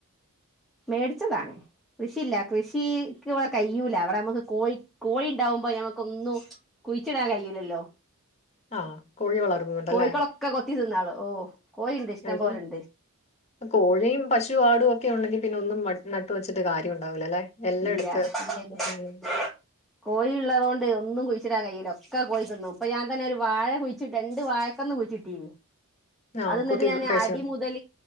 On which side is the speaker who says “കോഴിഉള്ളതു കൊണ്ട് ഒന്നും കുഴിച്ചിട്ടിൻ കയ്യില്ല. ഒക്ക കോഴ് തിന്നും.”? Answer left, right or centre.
Centre